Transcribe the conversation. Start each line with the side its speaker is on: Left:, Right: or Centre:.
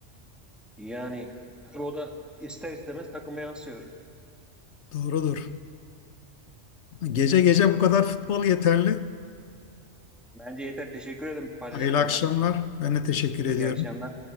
Centre: Yani tabii o da ister istemez takıma yansıyor.
Left: Doğrudur. Gece gece bu kadar futbol yeterli.
Centre: Bence yeter. Teşekkür ederim paylaştıkların
Left: Hayırlı akşamlar.
Centre: için.
Left: Ben de teşekkür ediyorum.
Centre: İyi akşamlar.